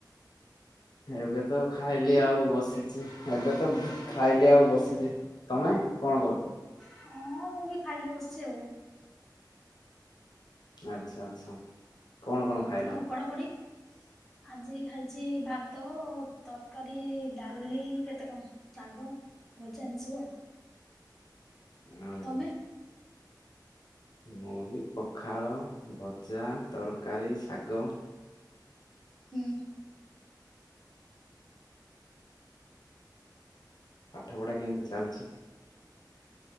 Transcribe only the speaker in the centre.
ହୁଁ।
ହଁ ମୁଁ ବି ଖାଇକି ବସିଚି ଆଉ।
ହୁଁ
ଆଉ ପଢାପଢି? ଆଜି ଖାଇଚି ଭାତ ତରକାରୀ ଡାଲି କେତେ କଣ। ଶାଗ ଭଜା ଏମିତି ସବୁ ଆଉ।
ତମେ?
ହୁଁ।